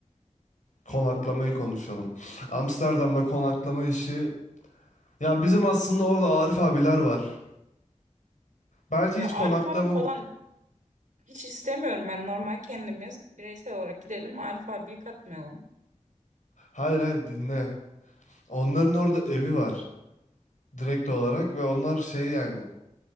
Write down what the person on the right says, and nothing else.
Ya
Arif abi falan Hiç istemiyorum ben normal kendimiz bireysel olarak gidelim Arif katmayalım.